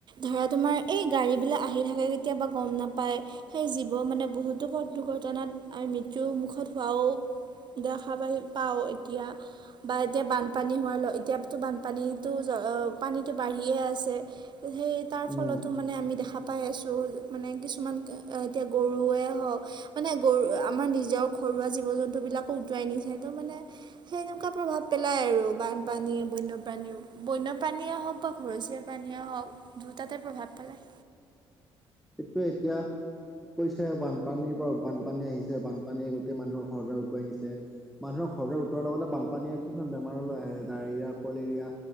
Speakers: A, on the right; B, in the centre.
A: ধৰা তোমাৰ এই গাড়ীবিলাক আহি থাকে কেতিয়াবা গম নাপায়। সেই জীৱ মানে বহুতো পথ দুৰ্ঘটনাত আমি মৃত্যুৰ মুখত হোৱাও দেখা পাই পাওঁ এতিয়া হ হ। বা এতিয়া বানপানী হোৱালৈ এতিয়াতো বানপানীটো জ অ অ পানীটো বাঢ়িয়ে আছে। সেই ই ই তাৰ ফলতো
B: উম
A: মানে আমি দেখা পাই আছো এ মানে কিছুমান কে এতিয়া গৰুৱে হওক মানে উহ্ উ গৰু আমাৰ নিজা ঘৰুৱা জীৱ-জন ত্ত বিলাকো উতোৱাই নিছে তো মানে সেনেকুৱা প্ৰভাৱ পেলাই আৰু বানপানীয়ে বন্যপ্ৰাণীও। বন্যপ্ৰাণীয়ে হওক বা ঘৰচীয়া প্ৰাণী আৰু আও দুটাতে প্ৰভাৱ পেলায়।
B: সেইটোৱে এতিয়া। কৈছে বানপানীৰ পৰা বানপানী আহিছে বানপানীয়ে গোটেই মানুহৰ ঘৰ-দুৱাৰ উতুৱাই নিছে। মানুহৰ ঘৰতে উতোৱাৰ লগতে বানপানীয়ে কিছুমান বেমাৰলৈ আহে ডায়েৰিয়া, কলেৰিয়া।